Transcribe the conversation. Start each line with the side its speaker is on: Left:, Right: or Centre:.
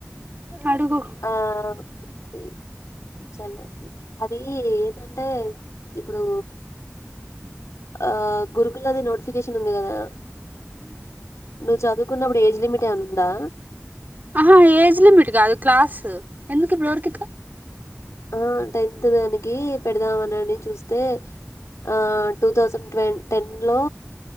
Right: అడుగు
Left: ఆ టీ చల్లకు అది ఏదంటే ఇప్పుడు ఆ గురుకులది నోటిఫికేషన్ ఉంది కదా నువ్వు చదువుకున్నప్పుడు ఏజ్ లిమిట్ ఏమనా ఉందా
Right: ఆహా ఏజ్ లిమిట్ కాదు క్లాస్ ఎందుకు ఇప్పుడు ఎవరికిత్త
Left: ఆ టెన్త్ దానికి పెడదామనని చూస్తే ఆ టూ థౌసండ్ ట్వ టెన్ లో